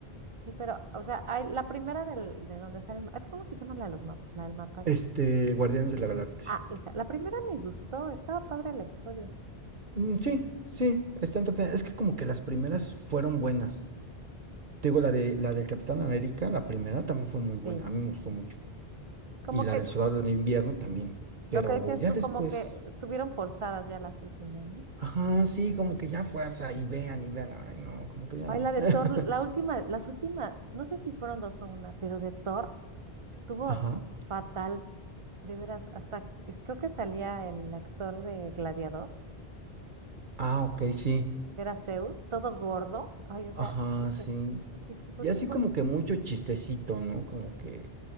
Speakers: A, on the right; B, on the right.
A: Sí, pero, o sea, hay, la primera del, de donde sale el, ma- es ¿cómo se llama la de los map- la del mapache?
B: Este, Guardianes de la Galaxia.
A: Ah, esa. La primera me gustó, estaba padre la historia.
B: Mm, Sí, sí, está entretenida. Es que como que las primeras fueron buenas. Te digo, la de la del Capitán América, la primera también fue muy buena,
A: Sí,
B: a mí me
A: sí,
B: gustó
A: sí.
B: mucho.
A: Como
B: Y la
A: que
B: del Soldado de Invierno también. Pero
A: lo que decías
B: ya
A: tú,
B: después,
A: como que estuvieron forzadas ya las últimas, ¿no?
B: ajá, sí, como que ya fuerza, y vean, y vean, ay, no, como que ya
A: Ay,
B: no.
A: la de
B: <laughs>
A: Thor, la última, las últimas, no sé si fueron dos o una, pero de Thor estuvo
B: Ajá.
A: fatal, de veras, hasta es- creo que salía el actor de Gladiador,
B: Ah, ok, sí.
A: que era Zeus, todo gordo. Ay, o sea,
B: Ajá,
A: dije,
B: sí.
A: ¿qué, qué, por
B: Y
A: qué
B: así
A: ponen?
B: como que mucho chistecito, ¿no? Como que